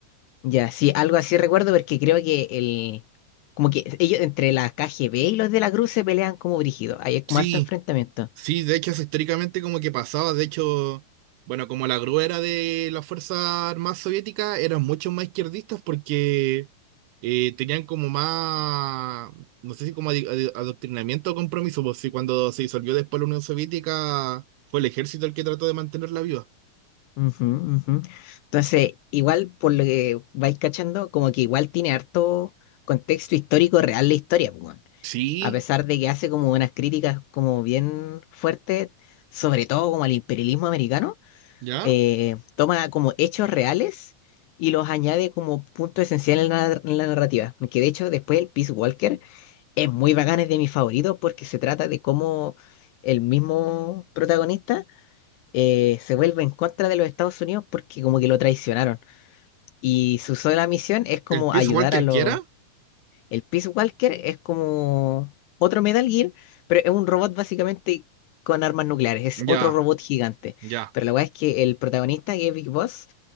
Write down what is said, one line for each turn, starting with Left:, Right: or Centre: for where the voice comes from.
Left: Ya, sí, algo así recuerdo porque creo que el... Como que ellos entre la KGB y los de la Cruz se pelean como brígidos. Hay como
Right: Sí,
Left: harto enfrentamiento.
Right: Sí, de hecho, eso históricamente como que pasaba, de hecho, bueno, como la gruera de las Fuerzas Armadas Soviéticas eran mucho más izquierdistas porque eh, tenían como más, no sé si como adi- adi- adoctrinamiento o compromiso, pues sí, cuando se disolvió después la Unión Soviética fue el ejército el que trató de mantenerla viva.
Left: Ujú, ujú. Entonces, igual por lo que vais cachando, como que igual tiene harto contexto histórico real la historia, pues, weón.
Right: Sí,
Left: A pesar de que hace como unas críticas como bien fuertes, sobre todo como al imperialismo americano,
Right: ¿ya?
Left: eh, toma como hechos reales y los añade como punto esencial en la, en la narrativa. Que de hecho después el Peace Walker Es muy bacán, es de mis favoritos porque se trata de cómo el mismo protagonista eh, se vuelve en contra de los Estados Unidos porque como que lo traicionaron. Y su sola misión es como
Right: ¿El Peace
Left: ayudar
Right: Walker
Left: a los...
Right: quiera?
Left: El Peace Walker es como otro Metal Gear, pero es un robot básicamente con armas nucleares, es
Right: Ya,
Left: otro robot gigante.
Right: ya.
Left: Pero la verdad es que el protagonista, que es Big Boss,